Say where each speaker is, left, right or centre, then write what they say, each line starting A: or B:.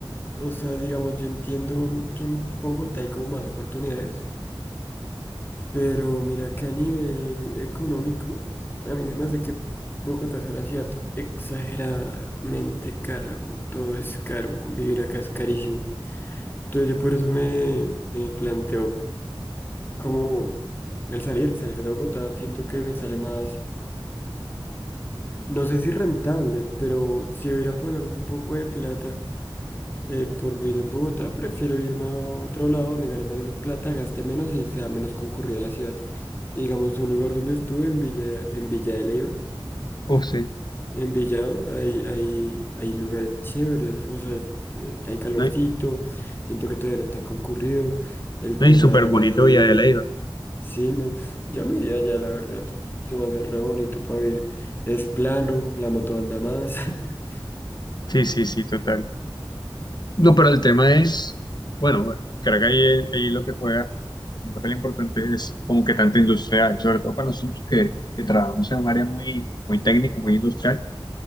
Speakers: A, on the left; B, on the left.
A: O sea, digamos, yo entiendo que en Bogotá hay como más oportunidades, pero mira que a nivel económico, a mí se me hace que Bogotá es una ciudad exageradamente cara. Todo es caro, vivir acá es carísimo. Entonces yo por eso me, me planteo como el salir, salir de Bogotá, siento que me sale más, no sé si rentable, pero si hubiera a pagar un poco de plata. eh, por vivir en Bogotá, prefiero irme a otro lado donde gane más menos plata, gaste menos y sea menos concurrida la ciudad. Digamos, un lugar donde estuve en Villa, en Villa de Leyva,
B: uff, sí,
A: en Villado, hay, hay, hay lugares chéveres, o sea, es- eh, hay calorcito,
B: ¿no?
A: siento que todavía no está concurrido. El
B: Y
A: tema
B: súper bonito
A: ya de...
B: Villa de Leyva.
A: Sí, no, yo me iría allá, la verdad. Se me hace re bonito para vivir. Es plano, la moto anda más. <laughs>
B: Sí, sí, sí, total. No, pero el tema es, bueno, bueno, creo que ahí, ahí lo que juega un papel importante es como que tanta industria hay, sobre todo para nosotros que, que trabajamos en un área muy, muy técnica, muy industrial,